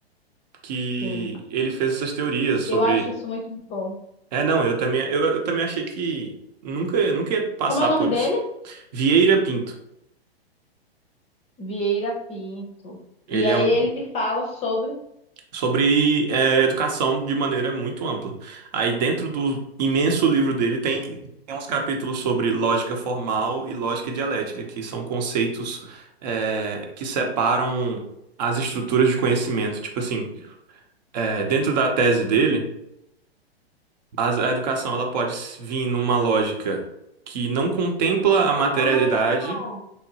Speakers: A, on the right (about 40°); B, on the left (about 20°).
A: Que
B: sim.
A: ele fez essas teorias sobre.
B: Eu acho isso muito bom.
A: É, não, eu também, eu, eu também achei que nunca, nunca ia passar
B: Como é o nome
A: por
B: dele?
A: isso. Vieira Pinto.
B: Vieira Pinto.
A: Ele
B: E aí
A: é um,
B: ele fala sobre.
A: sobre é, educação de maneira muito ampla. Aí dentro do imenso livro dele tem, tem uns capítulos sobre lógica formal e lógica dialética, que são conceitos é, que separam as estruturas de conhecimento. Tipo assim, é, dentro da tese dele, as- a, educação ela pode s- vir numa lógica que não contempla a materialidade.
B: Ah,